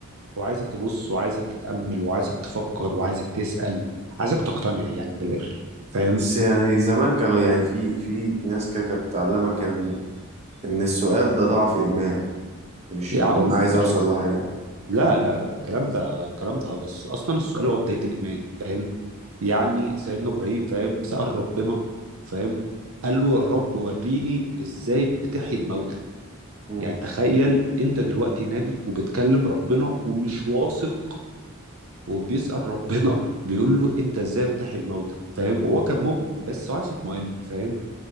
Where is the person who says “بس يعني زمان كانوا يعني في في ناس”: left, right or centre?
Right